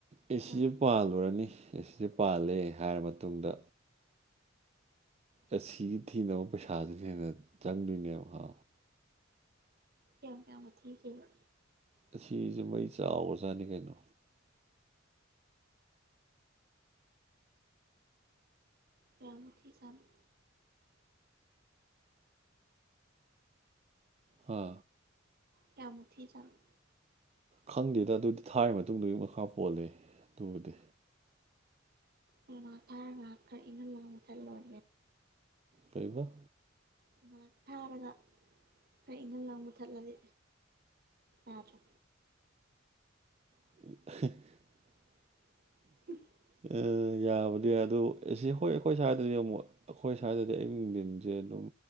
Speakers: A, on the right; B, on the right.
A: ꯑꯦꯁꯤ
B: ꯑꯥ
A: ꯑꯃ ꯄꯥꯜꯂꯨꯔꯅꯤ ꯑꯦꯁꯤꯁꯦ ꯄꯥꯜꯂꯦ ꯍꯥꯏꯔ ꯃꯇꯨꯡꯗ ꯑꯦ ꯁꯤꯒꯤ ꯊꯤꯅꯕ ꯄꯩꯁꯥꯗꯨꯅ ꯍꯦꯟꯅ ꯆꯪꯗꯣꯏꯅꯦꯕ
B: ꯀꯌꯥꯝ ꯀꯌꯥꯝꯒ ꯊꯤꯒꯦꯕ
A: ꯑꯁꯤꯁꯦ ꯃꯩ ꯆꯥꯎꯈꯔꯖꯥꯠꯅꯤ ꯀꯩꯅꯣ
B: ꯀꯌꯥꯃꯨꯛ ꯊꯤꯖꯥꯠꯅꯣ
A: ꯍꯥ
B: ꯀꯌꯥꯝꯃꯨꯛ ꯊꯤꯖꯥꯠꯅꯣ
A: ꯈꯪꯗꯦꯗ ꯑꯗꯨꯗꯤ ꯊꯥꯔꯤ ꯃꯇꯨꯡꯗꯨꯒꯤ ꯃꯈꯥ ꯄꯣꯜꯂ‌ꯦ ꯑꯗꯨꯕꯨꯗꯤ
B: ꯉꯥꯏꯍꯥꯛ ꯊꯥꯔ ꯉꯥꯏꯍꯥꯛ ꯈꯔ ꯏꯪꯍꯟꯂꯒ ꯃꯨꯊꯠꯂ‌ꯣ
A: ꯀꯩꯕ
B: ꯉꯥꯏꯍꯥꯛ ꯊꯥꯔꯒ ꯈꯔ ꯏꯪꯍꯟꯂꯒ ꯃꯨꯊꯠꯂꯗꯤ ꯌꯥꯗ꯭ꯔꯥ
A: <unintelligible>
B: <inaudible>
A: ꯑꯥ ꯌꯥꯕꯗꯤ ꯌꯥꯏ ꯑꯗꯨ ꯑꯦꯁꯤ ꯍꯣꯏ ꯑꯩꯈꯣꯏ ꯁ꯭ꯋꯥꯏꯗꯗꯤ ꯑꯃꯨꯛ ꯑꯩꯈꯣꯏ ꯁ꯭ꯋꯥꯏꯗꯗꯤ ꯑꯌꯨꯛ ꯅꯨꯡꯊꯤꯟꯁꯦ ꯑꯗꯨꯝ